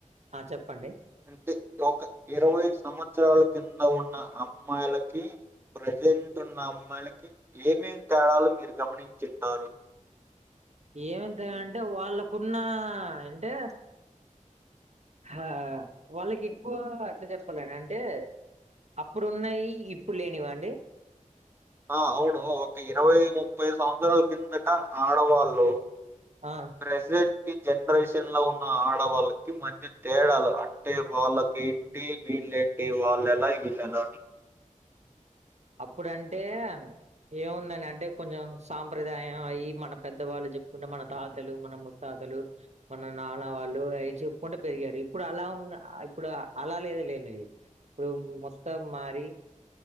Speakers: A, on the right (about 55°); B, on the right (about 15°).
A: ఆ చెప్పండి
B: అంటే ఒక ఇరవై సంవత్సరాల కింద ఉన్న అమ్మాయిలకి ప్రజెంట్ ఉన్న అమ్మాయిలకి ఏమేం తేడాలు మీరు గమనించిఉంటారు
A: ఏమేం తేడా అంటే వాళ్ళకున్న అంటే ఆ వాళ్ళకి ఎక్కువ ఎట్లా చెప్పాలని అంటే అప్పుడు ఉన్నయి ఇప్పుడు లేనివఅండి
B: ఆ అవును ఒక ఇరవై ముప్పై సంవత్సరాల కిందట ఆడవాళ్ళు
A: ఆ
B: ప్రజెంట్ జనరేషన్లో ఉన్న ఆడవాళ్ళకి మధ్య తేడాలు అంటే వాళ్ళకు ఏంటి వీళ్ళేంటి వాళ్లు ఎలా వీళ్లు ఎలాఅని
A: అప్పుడంటే ఏముందండి అంటే కొంచెం సాంప్రదాయం అయ్యి మన పెద్దవాళ్ళు చెప్పుకుంటే మన తాతలు మన ముత్తాతలు మన నాన్న వాళ్ళు అవి చెప్పుకుంట పెరిగారు ఇప్పుడు అలా ఉ ఇప్పుడు అలా లేదు లేండి ఇప్పుడు మొత్తం మారి